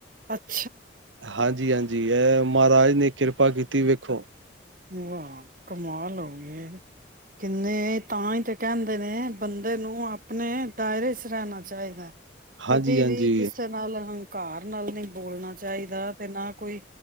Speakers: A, on the right; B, on the right.
A: ਅੱਛਾ
B: ਹਾਂਜੀ ਹਾਂਜੀ ਜੀ ਹੈ ਮਹਾਰਾਜ ਨੇ ਕਿਰਪਾ ਕੀਤੀ ਵੇਖੋ
A: ਵਾਹ ਕਮਾ ਲਓਗੇ ਕਿੰਨੇ ਤਾਂ ਹੀ ਤੇ ਕਹਿੰਦੇ ਨੇ ਬੰਦੇ ਨੂੰ ਆਪਣੇ ਦਾਇਰੇ ਰਹਿਣਾ ਚਾਹੀਦਾ ਕਦੇ
B: ਹਾਂਜੀ ਹਾਂਜੀ
A: ਵੀ ਕਿਸੇ ਨਾਲ ਹ ਘਰ ਨਾਲ ਨਹੀਂ ਬੋਲਣਾ ਚਾਹੀਦਾ ਤੇ ਨਾ ਕੋਈ